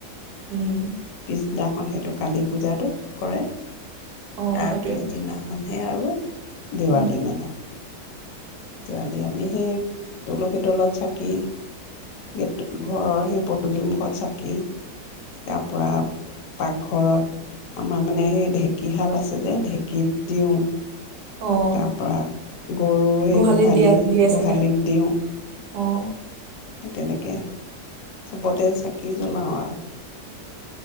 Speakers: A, on the right; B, on the left.
A: উম
B: পিছদিনা। সেইটো কালি পূজাতটো কৰে
A: অঁ
B: তাৰ
A: সেইটোৱে
B: পিছদিনাখনহে আৰু দিৱালী
A: উম
B: মানে যোৱাকালি আমি সেই তুলসী তলত চাকি গ ঘৰৰ সেই পদূলি মুখত চাকি তাৰ পৰা পাকঘৰত আমাৰ মানে সেই ঢেঁকীশাল আছে যে ঢেঁকীত দিওঁ
A: অঁ
B: তাৰ পৰা গৰু সেই
A: গোহালিত
B: গোহাঁলি
A: দিয়া দিয়ে
B: গোহাঁলিত
A: চাগে
B: দিওঁ
A: অঁ
B: সেই তেনেকৈ চবতে চাকি জ্বলাওঁ আৰু